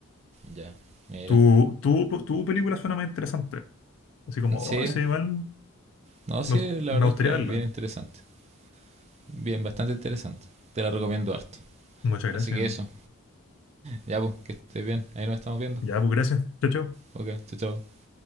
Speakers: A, on the right; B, on the left.
A: ya, mira.
B: Tu, tu, tu película suena más interesante. Así como,
A: Sí,
B: oh, sí, igual
A: no, sí,
B: me, gust-
A: la
B: me
A: verdad
B: gustaría
A: es que la
B: verla.
A: vi bien interesante. Bien, bastante interesante. Te la recomiendo harto.
B: Muchas
A: Así
B: gracias.
A: que eso, ya pues, que estés bien. Ahí nos estamos viendo.
B: Ya, pues gracias. Chao, chao.
A: Ok, chao, chao.